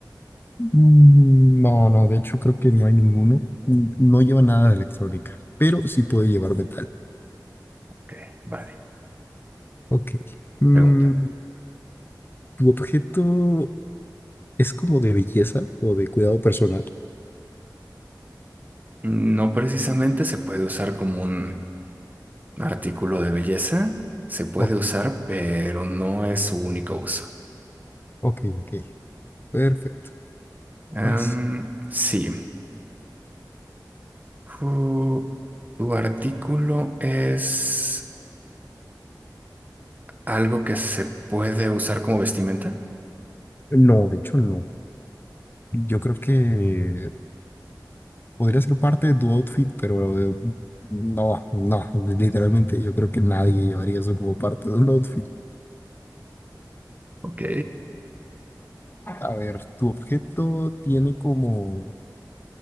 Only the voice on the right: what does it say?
Ok, vale.
Pregúntame.
No precisamente se puede usar como un artículo de belleza. Se puede
usar, pero no es su único uso.
Am,
sí. Ju- ¿Tu artículo es algo que se puede usar como vestimenta?
Ok.